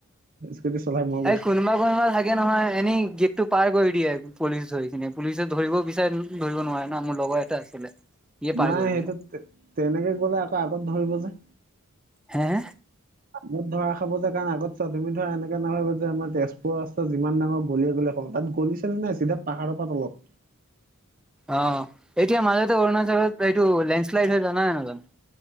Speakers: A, on the right (about 40°); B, in the centre.
A: স্কুটি চলাই মই গৈছো
B: এই কোনোবা কোনোবা থাকে নহয় এনেই টো পাৰ কৰি দিয়ে। পুলিচ ধৰিখিনি পুলিচে ধৰিব বিচাৰে ধৰিব নোৱাৰে না মোৰ লগৰ এটা আছিলে। ইয়ে পাৰ
A: নাই
B: কৰি দিলে
A: সেইটো তেনেকে গলে আকৌ আগত ধৰিব যে।
B: হে, হে।
A: মত ধৰা খাব যে কাৰণ আগত চোৱা তুমি ধৰা এনেকে নভাবা যে, আমাৰ তেজপুৰৰ ৰাস্তাত যিমান ডাঙ গলিয়-গলিয় তাত গলি চলি নাই। চিধা পাহাৰৰ পৰা অলত।
B: অ' এতিয়া মাজতে অৰুণাচলত এইটো লেণ্ড শ্লাইড হৈ জানাই নে নহ জানো।